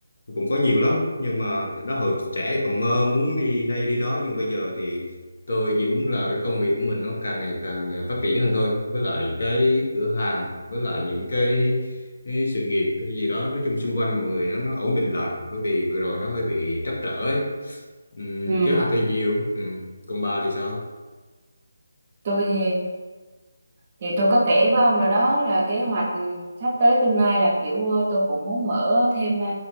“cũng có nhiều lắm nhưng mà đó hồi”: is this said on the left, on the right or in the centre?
Left